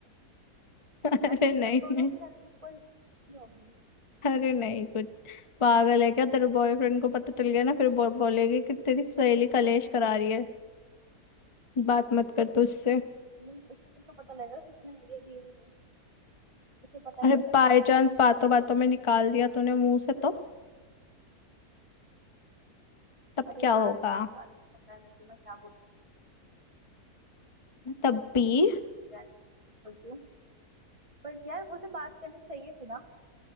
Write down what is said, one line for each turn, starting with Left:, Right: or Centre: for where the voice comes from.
Left: <laughs>
Right: है
Left: अरे
Right: ना
Left: नहीं
Right: तब दोनों
Left: नहीं
Right: की लड़ाई इक्वल होगी
Left: अरे नहीं कुछ पागल है क्या तेरे बॉयफ्रेंड को पता चल गया ना फिर बो, बोलेगी कि तेरी सहेली कलेश करा रही है बात मत कर तू उससे
Right: मतलब उसको कैसे पता लगेगा किसने आइडिया दिए है उसे पता
Left: अरे
Right: ही नहीं लगेगा
Left: बाय चांस बातों बातों में निकाल दिया तूने मुंह से तो तब
Right: अरे
Left: क्या
Right: यार
Left: होगा
Right: नहीं निकाल के पता है मेरे को मैं क्या बोल
Left: तब भी
Right: क्या नहीं बोलती हूँ पर यार उसे बात करनी चाहिए थी ना